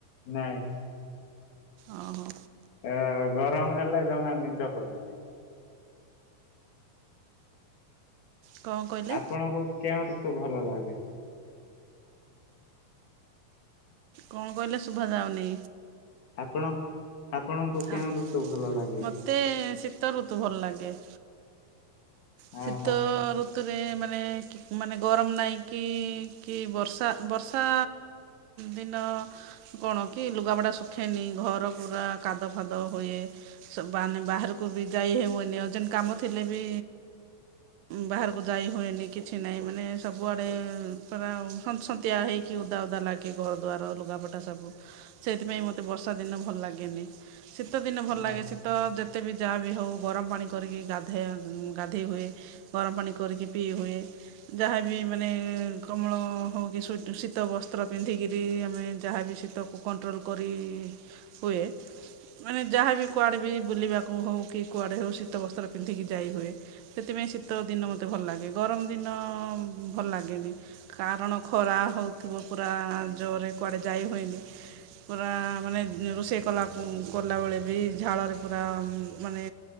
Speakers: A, on the left; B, on the right.
A: ନାଇଁ।
B: ଅଁ ହ।
A: ଅ ଗରମ ହେଲେ ଜମା ନିଦ ହୁଏନା।
B: କ'ଣ କହିଲେ
A: ଆପଣଙ୍କୁ କେଉଁ ଋତୁ ଭଲ ଲାଗେ?
B: କଣ କହିଲେ? ଶୁଭା ଯାଉନି।
A: ଆପଣ ଆପଣଙ୍କୁ କେଉଁ
B: ଆ
A: ଋତୁ ଭଲ ଲାଗେ
B: ମତେ ଶୀତ ଋତୁ ଭଲ ଲାଗେ। ଶୀତ
A: ଓହୋ
B: ଋତୁରେ ମାନେ ମାନେ ଗରମ ନାହିଁ କି, କି ବର୍ଷା ବର୍ଷା ଦିନ କଣ କି ଲୁଗାପଟା ଶୁଖେନି, ଘର ପୁରା କାଦ ଫାଦ ହୁଏ। ମାନେ ବାହାରକୁ ବି ଯାଇ ହୁଏନି, ଅର୍ଜେଣ୍ଟ କାମ ଥିଲେ ବି ବାହାରକୁ ଯାଇ ହୁଏନି କିଛି ନାହିଁ ମାନେ ସବୁଆଡ଼େ ପରା ସନ୍ତ ସନ୍ତିଆ ହେଇକି ଓଦା ଓଦା ଲାଗେ। କି ଘର ଦ୍ୱାର, ଲୁଗାପଟା ସବୁ, ସେଇଥି ପାଇଁ ମତେ ବର୍ଷା ଦିନ ଭଲ ଲାଗେନି। ଶୀତ ଦିନେ ଭଲ ଲାଗେ,
A: ଓହୋ।
B: ଶୀତ ଯେତେ ବି ଯାହା ବି ହଉ ଗରମ ପାଣି କରିକି ଗାଧେଇ ଧେଇ ହୁଏ, ଗରମ ପାଣି କରିକି ପିଇ ହୁଏ। ଯାହାବି ମାନେ କମଳ ହଉ କି ସ୍ୱିଟ ଶୀତ ବସ୍ତ୍ର ପିନ୍ଧିକିରି ଆମେ ଯାହାବି ଶୀ ତକୁ କଣ୍ଟ୍ରୋଲ୍ କରି ହୁଏ। ମାନେ ଯାହାବି କୁଆଡେ ବି ବୁଲିବାକୁ ହଉ, କି କୁଆଡେ ହଉ ଶୀତ ବସ୍ତ୍ର ପିନ୍ଧିକି ଯାଇ ହୁଏ। ସେଥିପାଇଁ ଶୀତ ଦିନ ମୋତେ ଭଲ ଲାଗେ, ଗରମ ଦିନ ଭଲ ଲାଗେନି। କାରଣ ଖରା ହଉଥିବ ପୁରା ଜୋରରେ କୁଆଡ଼େ ଯାଇ ହୁଏନି। ପୁରା ମାନେ ରୋଷେଇ କଲାଖୁଁ କଲାବେଳେ ବି ଝାଳରେ ପୁରା ମାନେ